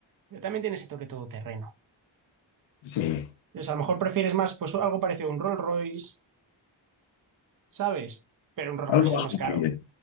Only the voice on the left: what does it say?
Sí.
Algo
asumible.